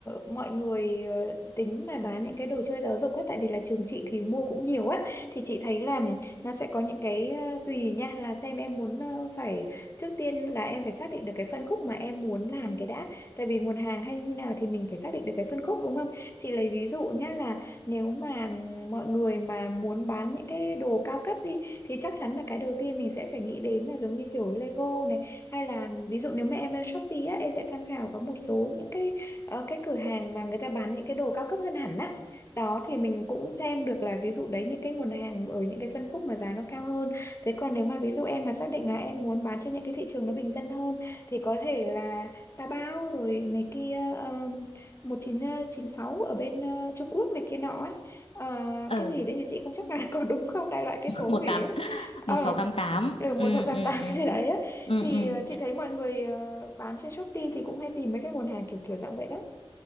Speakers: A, on the left (about 25°); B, on the left (about 70°).
A: mọi người ờ, tính mà bán những cái đồ chơi giáo dục á tại vì là trường chị thì mua cũng nhiều á thì chị thấy là nó sẽ có những cái ờ, tùy nha là xem em muốn ờ, phải Trước tiên là em phải xác định được cái phân khúc mà em muốn làm cái đã. Tại vì nguồn hàng hay như nào thì mình phải xác định được cái phân khúc đúng không? Chị lấy ví dụ nhá là nếu mà ừm, mọi người mà muốn bán những cái đồ cao cấp đi thì chắc chắn là cái đầu tiên mình sẽ phải nghĩ đến là giống như kiểu Lego này hay là ừm, ví dụ nếu mà em lên Shopee á em sẽ tham khảo có một số những cái ờ, cái cửa hàng mà người ta bán những cái đồ cao cấp hơn hẳn á. Đó thì mình cũng xem được là ví dụ đấy những cái nguồn hàng ở những cái phân khúc mà giá nó cao hơn Thế còn nếu mà ví dụ em mà xác định là em muốn bán cho những cái thị trường nó bình dân hơn thì có thể là Taobao rồi này kia um, một chín chín sáu ở bên ờ, Trung Quốc này kia nọ ấy. Ờ,
B: Ừ.
A: cái gì đấy thì chị không chắc là <laughs> có đúng không đại loại cái số
B: một
A: gì
B: tám
A: ấy. Ờ
B: một sáu tám tám
A: ở một
B: ừ
A: sáu tám
B: ừ
A: tám
B: ừ
A: <laughs> gì đấy ấy.
B: ừ
A: Thì
B: ừ
A: ờ, chị thấy mọi người ờ, bán trên Shopee thì cũng hay tìm mấy cái nguồn hàng kiểu kiểu dạng vậy đó.